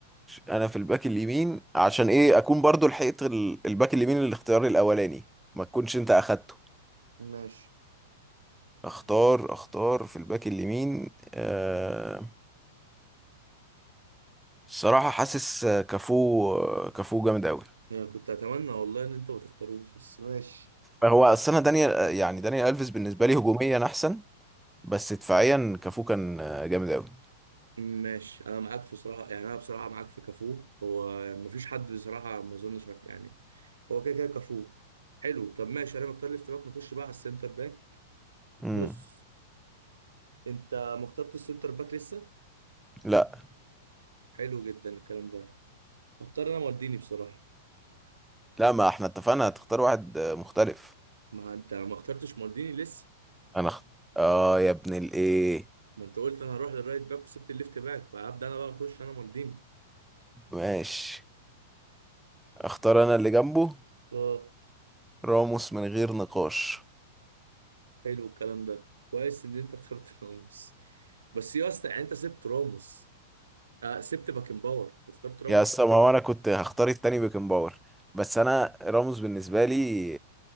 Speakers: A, in the centre; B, on the right.
A: انا في الباك اليمين عشان ايه اكون برضو لحقت ال- الباك اليمين الاختيار الاولاني ما تكونش انت اخدته
B: ماشي
A: اختار اختار في الباك اليمين آه الصراحة حاسس كافو كافو جامد قوي
B: يعني كنت اتمنى والله ان انت ما تختاروش بس ماشي
A: هو اصل انا دانيال يعني دانيال الفيس بالنسبة لي هجوميا احسن بس دفاعيا كافو كان جامد قوي
B: ماشي انا معاك في صراحه يعني انا بصراحه معاك في كافو هو مفيش حد بصراحه ما اظنش عارف- يعني هو كده كده كافو حلو طب ماشي انا مختار ليفت باك نخش بقى على السنتر باك
A: امم
B: بص انت ما اخترتش السنتر باك لسه
A: لا
B: حلو جدا الكلام ده اختار انا مالديني بصراحه
A: لا ما احنا اتفقنا هتختار واحد مختلف
B: ما انت ما اخترتش مالديني لسه
A: انا اخت... اه يا ابن الايه
B: ما انت قلت انا هروح للرايت باك وسبت الليفت باك فهبدا انا بقى اخش انا مالديني
A: ماشي اختار انا اللي جنبه
B: اه
A: راموس من غير نقاش
B: حلو الكلام ده كويس ان انت اخترت <laughs> راموس بس يا اسطى يعني انت سبت راموس آه سبت باكن باور واخترت راموس
A: يا اسطى ما هو انا كنت هختار التاني بيكن باور بس انا راموس بالنسبة لي